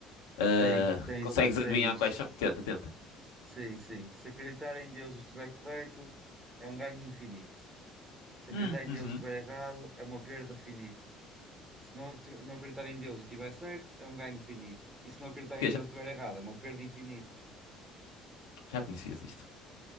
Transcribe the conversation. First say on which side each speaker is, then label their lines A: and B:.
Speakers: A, on the left (about 65°); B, on the right (about 20°).
A: Ah,
B: Sim, tens,
A: consegues
B: eh,
A: adivinhar
B: tens.
A: quais são? Tenta, tenta.
B: Sim, sim. Se acreditar em Deus e estiver correto, é um ganho infinito. Se acreditar
A: Hum,
B: em
A: uhum.
B: Deus e estiver errado, é uma perda finita. Se não, tiv- não acreditar em Deus e estiver certo, é um ganho finito. E se não acreditar
A: Ok,
B: em Deus
A: já,
B: e estiver errado, é uma perda infinita.
A: já conhecias isto.